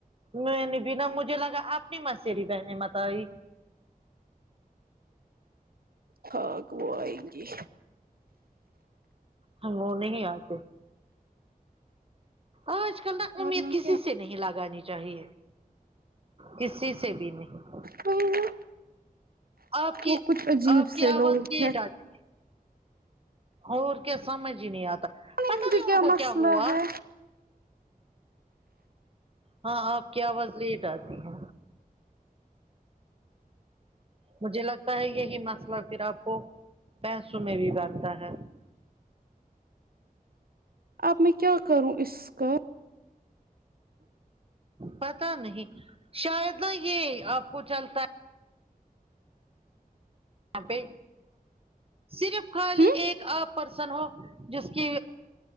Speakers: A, on the right; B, on the right.
A: میں نے بنا مجھے لگا اپنی مسری بہنے متائی
B: ہاں کو وہ آئیں گی
A: ہم وہ نہیں آتے آج کل نا
B: ورنہ
A: امید کسی
B: کیا
A: سے نہیں لگانی چاہیے کسی سے بھی نہیں
B: وہی نا
A: آپ کی
B: وہ کچھ عجیب
A: آپ کی
B: سے
A: آواز
B: لوگ
A: لیٹ
B: ہیں
A: آتی اور کیا سمجھ ہی نہیں آتا پتا
B: مجھے
A: نہیں ان کو
B: مسئلہ
A: کیا ہوا
B: ہے
A: ہاں آپ کی آواز لیٹ آتی ہے مجھے لگتا ہے یہی مسئلہ پھر آپ کو پیسوں میں بھی بنتا ہے
B: اب میں کیا کروں اس کا
A: پتا نہیں شاید نا یہ آپ کو چلتا ہے یہاں پہ صرف خالی
B: ہوں
A: ایک آپ پرسن ہو جس کہ